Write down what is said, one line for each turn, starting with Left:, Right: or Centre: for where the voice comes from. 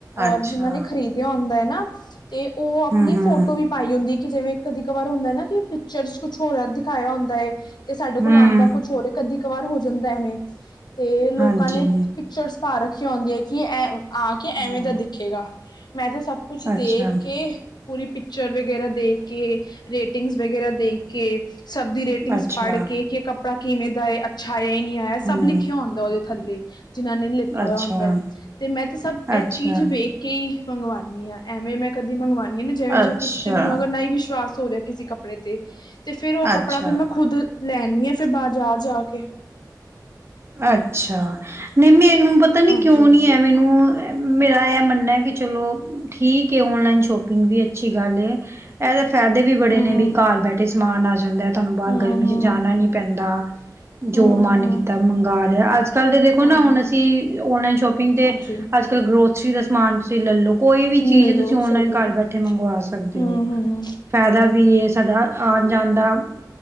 Left: ਔਰ
Right: ਅੱਛਾ
Left: ਜਿਨ੍ਹਾਂ ਨੇ ਖਰੀਦਿਆ ਹੁੰਦਾ ਐ ਨਾ ਤੇ ਓ ਅਪਨੀ
Right: ਹਮ ਹਮ
Left: ਫੋਟੋ ਵੀ ਪਾਈ ਹੁੰਦੀ ਕਿ ਜਿਵੇਂ ਕਦੀ ਕਵਾਰ ਹੁੰਦਾ ਨਾ ਕਿ ਪਿਕਚਰ ਕੁਛ ਹੋਰ ਦਿਖਾਇਆ ਹੁੰਦਾ ਏ। ਤੇ ਸਾਡੇ ਕੋਲ
Right: ਹਮ
Left: ਆਂਦਾ ਕੁਛ ਹੋਰ ਏ, ਕਦੀ ਕਵਾਰ ਹੋ ਜਾਂਦਾ ਐਵੇਂ ਤੇ ਲੋਕਾਂ
Right: ਹਾਂਜੀ
Left: ਨੇ ਪਿਕਚਰਸ ਪਾ ਰਖੀਆਂ ਹੁੰਦੀਆਂ ਕਿ ਐ ਆ ਕੇ
Right: ਹਮ
Left: ਐਵੇਂ ਦਾ ਦਿਖੇਗਾ, ਮੈਂ ਤੇ ਸਭ ਕੁਛ
Right: ਅੱਛਾ
Left: ਦੇਖ ਕੇ ਪੂਰੀ ਪਿਕਚਰ ਵਗੈਰਾ ਦੇਖ ਕੇ, ਰੇਟਿੰਗਸ ਵਗੈਰਾ ਦੇਖ ਕੇ ਸਭ ਦੀ ਰੇ ਟਿੰਗ
Right: ਅੱਛਾ
Left: ਪੜ੍ਹ ਕੇ ਕੱਪੜਾ ਕਿਵੇਂ ਦਾ ਏ, ਅੱਛਾ ਐ ਨਈ ਐ ਸਭ
Right: ਹਮ
Left: ਲਿਖ ਓਦੇ ਥੱਲੇ ਜਿਨਾਂ ਨੇ ਲਿੱਤਾ ਹੋਇਆ
Right: ਅੱਛਾ
Left: ਹੁੰਦਾ ਤੇ ਮੈਂ ਤੇ ਸਭ ਐ
Right: ਅੱਛਾ
Left: ਚੀਜ਼ ਵੇਖ ਕੇ ਈ ਮੰਗਵਾਨੀ ਆ ਐਵੇਂ ਮੈਂ ਕਦੀ ਮੰਗਵਾਨੀ ਜਿਵੇਂ
Right: ਅੱਛਾ
Left: ਕਿਸੀ ਤੇ ਮੈਨੂੰ ਅਗਰ ਨਈ ਵਿਸ਼ਵਾਸ ਹੋ ਰਿਆ ਕਿਸੇ ਕੱਪੜੇ ਤੇ ਫੇਰ ਓ
Right: ਅੱਛਾ
Left: ਕੱਪੜਾ ਫਿਰ ਮੈਂ ਖੁੱਦ ਲੈ ਆਨੀ ਆ ਫੇਰ ਬਾਜ਼ਾਰ ਜਾ ਕੇ।
Right: ਅੱਛਾ, ਨਈ ਮੈਨੂੰ ਪਤਾ ਨੀ
Left: ਹਾਂਜੀ
Right: ਕਿਉਂ
Left: ਹਾਂਜੀ
Right: ਨੀ ਹੈ ਮੈਨੂੰ ਮੇਰਾ ਐ ਮੰਨਨਾ ਐ ਕਿ ਚਲੋ ਠੀਕ ਏ ਔਨਲਾਈਨ ਸ਼ੋਪਿੰਗ ਵੀ ਅੱਛੀ ਗੱਲ ਏ। ਐਦੇ ਫ਼ੈਦੇ ਵੀ ਬੜੇ
Left: ਹਮ
Right: ਨੇ ਵੀ ਘਰ ਬੈਠੇ ਸਮਾਨ ਆ ਜਾਂਦਾ, ਤੁਹਾਨੂੰ ਬਾਰ
Left: ਹਮ
Right: ਗਰਮੀ
Left: ਹਮ
Right: 'ਚ ਜਾਣਾ ਨੀ ਪੈਂਦਾ।
Left: ਹਮ
Right: ਜੋ ਮਨ
Left: ਹਮ
Right: ਕੀਤਾ ਮੰਗਾ ਲਯਾ, ਅੱਜ-ਕੱਲ ਤੇ ਦੇਖੋ
Left: ਹਾਂ
Right: ਨਾ ਹੁਨ ਅਸੀਂ ਓਨਲਾਈਨ ਸ਼ੋਪਿੰਗ ਤੇ
Left: ਹਾਂਜੀ
Right: ਅੱਜ ਤਾਂ ਗਰੋਸਰੀ ਦਾ ਸਮਾਨ ਤੁਸੀਂ ਲੈ ਲੋ। ਕੋਈ ਵੀ ਚੀਜ਼
Left: ਲੈ ਲੋ
Right: ਤੁਸੀਂ ਓਨਲਾਈਨ
Left: ਸਹੀ ਗੱਲ
Right: ਘਰ ਬੈਠੇ ਮੰਗਵਾ ਸਕਦੇ
Left: ਹਮ
Right: ਓ।
Left: ਹਮ
Right: ਫੈਦਾ ਵੀ ਏ ਸਾਡਾ ਆਨ-ਜਾਨ ਦਾ <unintelligible>